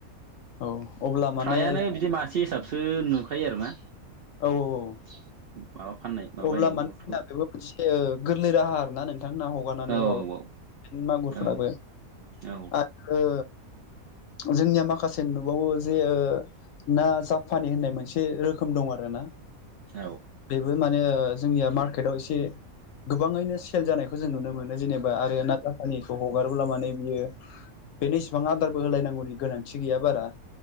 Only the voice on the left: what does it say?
औ अब्ला माने
औ -औ औ
अब्ला
मानो
होनना बेबो मोनसे गोरलै राहा आरोना नोंथां होमबा हगारनानै
माब मागुरफोराबो
आरो जोंनिया माखासे नुबावो जे ना जाफानि होननाय मोनसे रोखोम दं आरो ना
बेबो माने जोंनिया मार्केटाव एसे गोबाङैनो सेल जानायखौ जों नुनो मोनो जेनेबा आरो ना जाहानिखौ हगारोब्ला माने बियो बेनो इसिबां आदारबो होलायनांगौनि गोनांथि गैया बारा